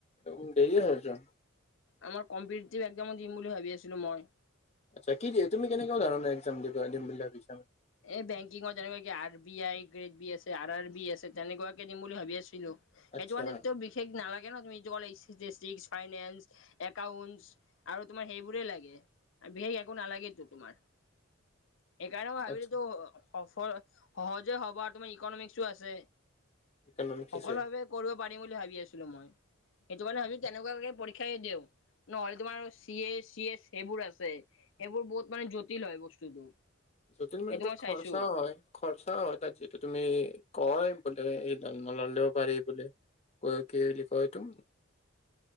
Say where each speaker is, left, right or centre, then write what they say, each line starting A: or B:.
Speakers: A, on the left; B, on the left.
A: ত দেৰিয়ে হৈছে।
B: আমাৰ কম্পিটিটিভ একজামো দিম বুলি ভাবি আছিলো মই।
A: আচ্ছা কি দি তুমি কেনেকুৱা ধৰণৰ একজাম দিবা দিম বুলি ভাবিছা মানে?
B: এই বেংকিঙৰ তেনেকুৱা কি R B I grade B আছে, আৰ আৰ বি আছে, তেনেকুৱাকে দিম বুলি ভাবি আছিলো। সেইটো
A: আচ্ছা
B: কাৰণে বিশেষ নালাগে ন? তুমি যোৱা এইচেচজেচিচ ফাইনেন্স একাউন্টচ। আৰু তোমাৰ সেইবোৰেই লাগে বিশেষ একো নালাগেতো তোমাৰ, সেইকাৰণে মই ভাবিলোঁ।
A: আচ্ছা
B: সফল সহজে হ'বা তুমি ইকনমিক্সো আছে।
A: ইকনমিক্স
B: সকলো
A: আছে
B: ভাৱে কৰিব পাৰিম বুলি ভাবি আছিলো মই। সেইটো কাৰণে ভাবি তেনেকুৱাকে পৰীক্ষাই দিওঁ। নহ'লে তোমাৰ চি এ চি এচ সেইবোৰ আছে, সেইবোৰ বহুত মানে জটিল হয় বস্তুটো।
A: যতিল মানে
B: সেইটো
A: তাত
B: মই
A: খৰচাও
B: চাইছো
A: হয়। খৰচাও হয় তাত যিতু তুমি কয় বোলে এই ঘলেও পাৰি বুলি কয় কি বুলি কয় এই টো?